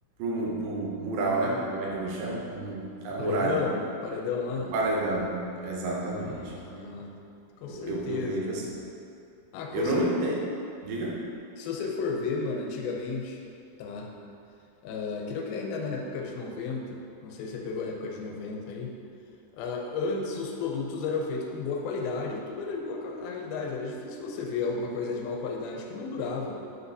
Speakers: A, on the right; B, on the left.
A: mural, né? Pro- Como é que eles chamam? A muralha.
B: Paredão, paredão lá?
A: O paredão, exatamente.
B: Ah, com
A: Eu,
B: certeza.
A: eu, eu vejo assim.
B: Ah, com
A: Eu não
B: certeza.
A: entendo. Diga?
B: Se você for ver, mano, antigamente, tá? Ah, creio que ainda na época de 90, não sei se você pegou a época de 90 aí. ah, antes os produtos eram feitos com boa qualidade, tudo era de boa qualidade, era difícil você ver alguma coisa de má qualidade que não durava.